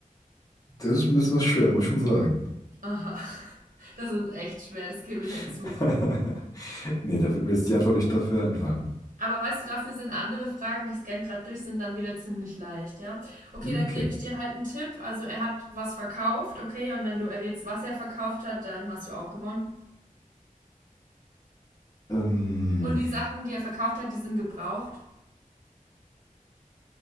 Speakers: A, on the left; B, on the right.
A: das ist ein bisschen was schwer, muss ich schon sagen.
B: Aha, <laughs> das ist echt schwer, das gebe ich
A: <laughs>
B: ja zu.
A: Nee, da wird mir jetzt die Antwort nicht dafür einfallen.
B: Aber weißt du, dafür sind andere Fragen, ich scanne gerade durch, sind dann wieder ziemlich leicht, ja? Okay,
A: Okay.
B: dann gebe ich dir halt einen Tipp. Also er hat was verkauft, okay? Und wenn du errätst, was er verkauft hat, dann hast du auch gewonnen.
A: Ähm,
B: Und die Sachen, die er verkauft hat, die sind gebraucht.